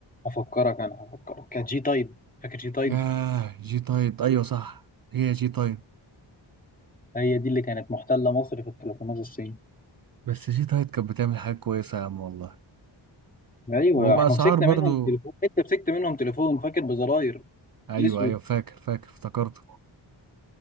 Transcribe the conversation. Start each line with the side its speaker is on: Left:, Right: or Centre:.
Left: هفكرك انا هفكرك كانت جي تايد فاكر جي تايد
Right: ياه جي تايد ايوه صح هي جي تايد
Left: هي دي اللي كانت محتله مصر في التليفونات الصين
Right: بس جي تايد كانت بتعمل حاجات كويسة يا عم والله
Left: ايوه
Right: وبأسعار
Left: احنا مسكنا
Right: برضو
Left: منهم تليفون انت مسكت منهم تليفون فاكر بزراير
Right: ايوه
Left: الاسود
Right: ايوه فاكر فاكر افتكرت